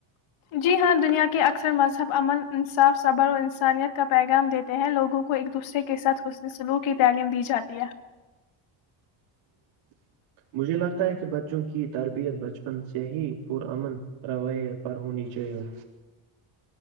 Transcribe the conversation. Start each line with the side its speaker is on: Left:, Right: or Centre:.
Left: جی ہاں دنیا کے اکثر مذہب امن انصاف صبر اور انسانیت کا پیغام دیتے ہیں لوگوں کو ایک دوسرے کے ساتھ حسن سلوک کی تعلیم دی جاتی ہے
Right: مجھے لگتا ہے کہ بچوں کی تربیت بچپن سے ہی پرامن روایت پر ہونی چاہیے